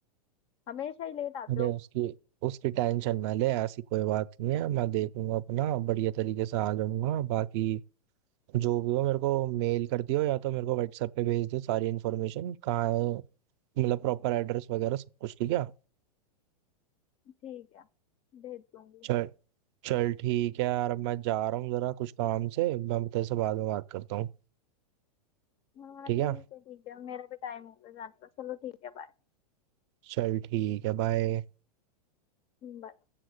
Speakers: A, on the left (about 30°); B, on the right (about 45°).
A: हमेशा ही लेट आते
B: अरे
A: हो
B: उसकी उसकी टेंशन ना ले ऐसी कोई बात नहीं है मैं देखूंगा अपना बढ़िया तरीके से आ जाऊंगा बाकी जो भी हो मेरे को मेल कर दियो या तो मेरे को व्हाट्सएप पे भेज दियो सारी इन्फॉर्मेशन कहाँ है मतलब प्रॉपर एड्रेस वगैरह सब कुछ ठीक है
A: ठीक है भेज दूंगी
B: चल चल ठीक है यार अब मैं जा रहा हूँ जरा कुछ काम से मैं तेरे से बाद में बात करता हूँ
A: हाँ
B: ठीक
A: ठीक
B: है
A: है ठीक है मेरा भी टाइम हो गया जाने का चलो ठीक है बाय
B: चल ठीक है बाय
A: बाय